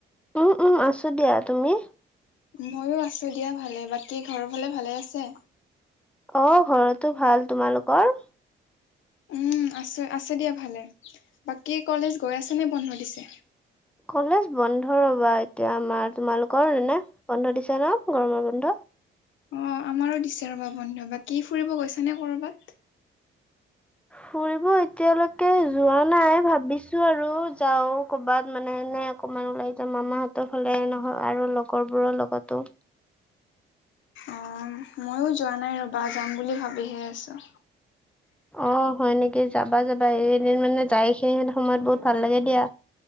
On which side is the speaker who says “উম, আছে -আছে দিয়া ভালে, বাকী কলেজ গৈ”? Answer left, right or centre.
Left